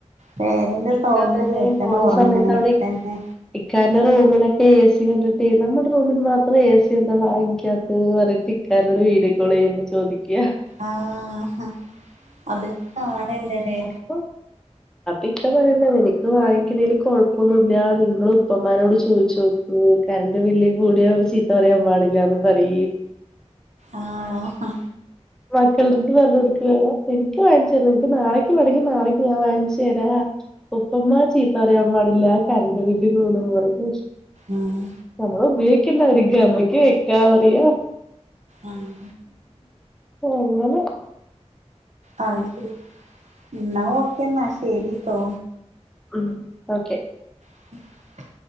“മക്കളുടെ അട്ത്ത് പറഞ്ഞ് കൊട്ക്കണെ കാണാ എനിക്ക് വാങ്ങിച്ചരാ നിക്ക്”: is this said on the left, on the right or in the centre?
Centre